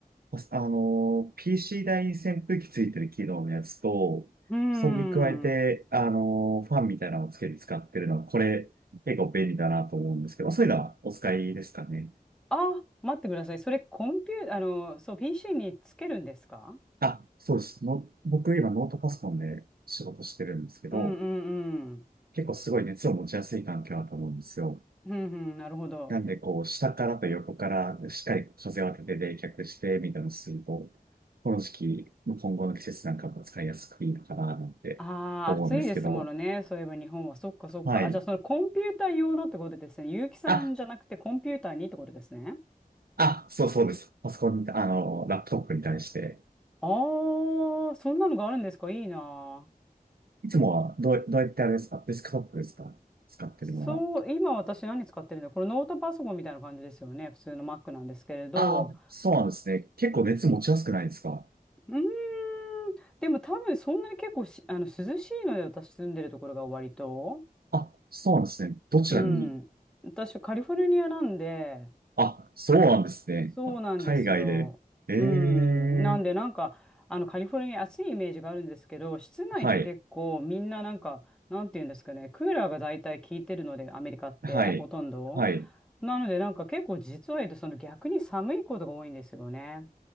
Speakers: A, on the right; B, in the centre.
A: まあの、PC 台に扇風機ついてる機能のやつと、
B: うーん。
A: それに加えて、あの、ファンみたいなのをつけて使ってるのは、これ、結構便利だなと思うんですけど、そういうのはお使いですかね。
B: あ、待ってください。それコンピュー、あの、そう、PC につけるんですか
A: あ、そうです。の、僕今ノートパソコンで仕事してるんですけど、
B: うんうんうん。
A: 結構すごい熱を持ちやすい環境だと思うんですよ。
B: うんうん、なるほど。
A: なんで、こう、下からと横からしっかり風を当てて冷却して、みたいなのをすると、この時期、今後の季節なんかも使いやすくいいのかな、なんて思うんですけど、
B: ああ、暑いですものね。そういえば日本は。そっかそっか。
A: はい。
B: あ、じゃあそのコンピューター用のってことですね。結城さんじゃなくてコンピューターにってことですね。
A: あ、あ、そうそうです。パソコンに、あの、ラップトップに対して。
B: ああ、そんなのがあるんですかいいなあ。
A: いつもは、どう、どうやってあれですかデスクトップですか使ってるのは。
B: そう、今私何使ってるんだこれノートパソコンみたいな感じですよね。普通の Mac なんですけれど。
A: ああ、そうなんですね。結構熱持ちやすくないですか
B: ううーん、でも多分そんなに結構し、あの、涼しいので私住んでるところが割と。
A: あ、そうなんですね。どちらに
B: うん。私カリフォルニアなんで、
A: あ、そうなんですね。
B: そうなんですよ。
A: あ、海外で。え
B: うん。
A: え
B: なんで、なんか、あの、カリフォルニア暑いイメージがあるんですけど、室内って結構みんななんか、
A: はい、
B: なんていうんですかね、クーラーが大体効いてるので、アメリカって、
A: はい、
B: ほとんど。
A: はい。
B: なので、なんか結構実は言うと、その逆に寒いことが多いんですよね。